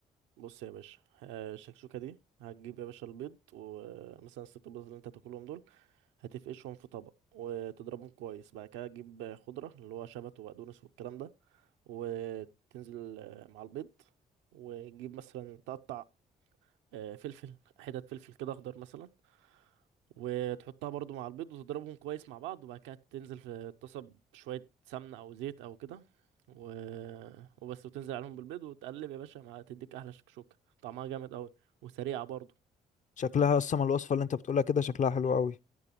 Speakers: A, on the right; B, on the left.
A: بص يا باشا آه، الشكشوكة دي هتجيب يا باشا البيض ومثلا الست بيض اللي انت هتاكلهم دول هتفقشهم في طبق وتضربهم كويس بعد كده تجيب خضرة اللي هو شبت وبقدونس والكلام ده وتنزل آه، مع البيض وتجيب مثلا تقطع آه، فلفل حتت فلفل كده اخضر مثلا وتحطها برضو مع البيض وتضربهم كويس مع بعض وبعد كده تنزل في الطاسة بشوية سمنة أو زيت أو كده و... وبس وتنزل عليهم بالبيض وتقلب يا باشا مع تديك أحلى شكشوكة طعمها جامد أوي وسريعة برضو
B: شكلها اصلا الوصفة اللي انت بتقولها كده شكلها حلو قوي